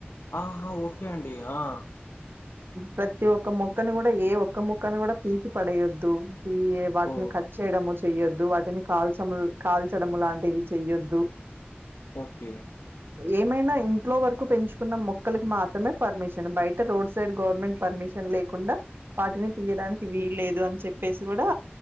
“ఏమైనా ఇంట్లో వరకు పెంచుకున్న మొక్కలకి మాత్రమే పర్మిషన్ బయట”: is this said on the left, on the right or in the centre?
Right